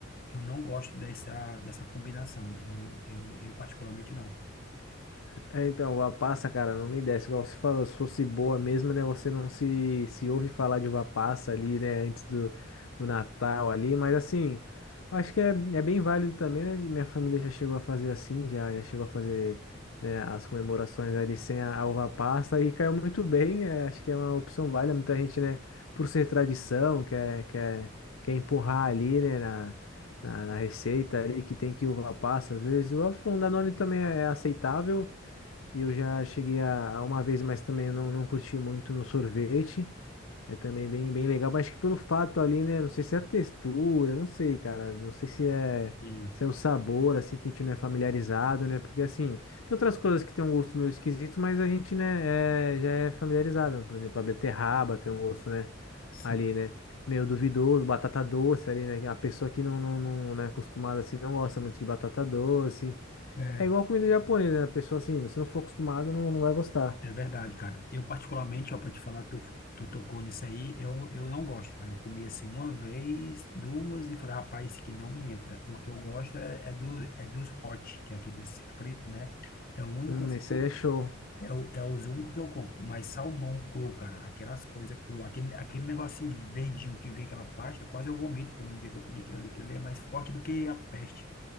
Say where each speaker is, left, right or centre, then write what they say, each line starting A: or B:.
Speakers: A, on the left; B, on the left.
A: eu não gosto dessa dessa combinação. Eu eu, eu particularmente não.
B: É, então, uva passa, cara, não me desce. Igual você falou, se fosse boa mesmo, né? Você não se, se ouve falar de uva passa ali, né? Antes do, do Natal ali. Mas assim, acho que é, é bem válido também, né? Minha família já chegou a fazer assim, já, já chegou a fazer, né, as comemorações ali sem a, a uva passa e caiu muito bem. é, acho que é uma opção válida. Muita gente, né, por ser tradição, quer, quer, quer empurrar ali, né? na- na, na receita ali que tem que uva passa, às vezes. O se for um Danone também é é aceitável, eu já cheguei a, a uma vez, mas também eu não, não curti muito no sorvete. É também bem, bem legal, mas acho que pelo fato ali, né? Não sei se é a textura, não sei, cara. Não sei se é,
A: Sim,
B: se é o sabor, assim, que a gente não é familiarizado, né? Porque, assim, tem outras coisas que tem um gosto meio esquisito, mas a gente, né, é- já é familiarizado. né? Por exemplo, a beterraba tem um gosto, né?
A: sim.
B: Ali, né? Meio duvidoso, batata doce ali, né? A pessoa que não, não, não, não é acostumada, assim, não gosta muito de batata doce.
A: É,
B: É igual comida japonesa, né? A pessoa, assim, se não for acostumado, não, não vai gostar.
A: É verdade, cara. Eu, particularmente, ó, pra te falar, tu, tu tocou nisso aí, eu, eu não gosto, cara. Eu comi assim uma vez, duas, e falei, rapaz, isso aqui não me entra. O que eu gosto é, é, do, é dos hot, que é aqueles fritos, né? É o único
B: Hum,
A: assim
B: esse
A: que eu,
B: aí é show.
A: é, o- é os únicos que eu compro. Mas salmão cru, cara, aquelas coisas cru, aquele, aquele negocinho verdinho que vem aquela pasta, quase eu vomito, pô, no dia que eu comi aquilo ali, aquilo ali é mais forte do que a peste.